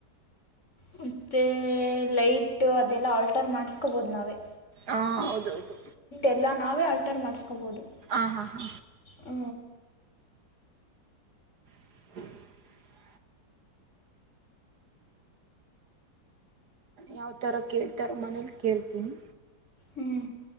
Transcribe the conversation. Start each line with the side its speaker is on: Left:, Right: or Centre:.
Left: ಮತ್ತೆ ಲೈಟ್ ಅದೆಲ್ಲಾ ಆಲ್ಟರ್ ಮಾಡಸ್ಕೋಬಹದು ನಾವೇ.
Right: ಹಾ ಹೌದು ಹೌದು.
Left: ಎಲ್ಲಾ ನಾವೇ ಆಲ್ಟರ್ ಮಾಡಸ್ಕೋಬಹುದು.
Right: ಆ ಹಾ ಹಾ.
Left: ಹ.
Right: <inaudible> ಯಾವ್ ತರ ಕೇಳ್ತಾರ ಮನೇಲಿ ಕೇಳ್ತೀನಿ.
Left: ಹ್ಮ್.